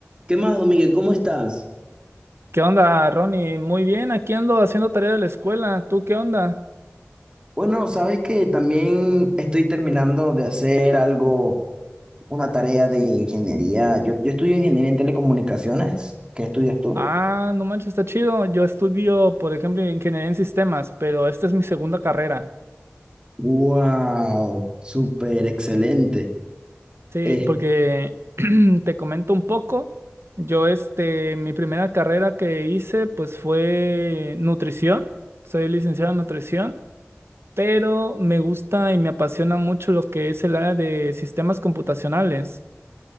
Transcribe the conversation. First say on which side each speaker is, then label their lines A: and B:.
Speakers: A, on the right; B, on the right.
A: ¿Qué más, don Miguel? ¿Cómo estás?
B: ¿Qué onda, Ronnie? Muy bien, aquí ando haciendo tarea de la escuela. ¿Tú qué onda?
A: Bueno, sabes que también estoy terminando de hacer algo, una tarea de ingeniería. Yo, yo estudio ingeniería en telecomunicaciones. ¿Qué estudias tú?
B: Ah, no manches, está chido. Yo estudio, por ejemplo, ingeniería en sistemas, pero esta es mi segunda carrera.
A: Wow, súper excelente.
B: Sí,
A: Eh,
B: porque <clears throat> te comento un poco. Yo, este, mi primera carrera que hice, pues fue nutrición. Soy licenciado en nutrición, pero me gusta y me apasiona mucho lo que es el área de sistemas computacionales.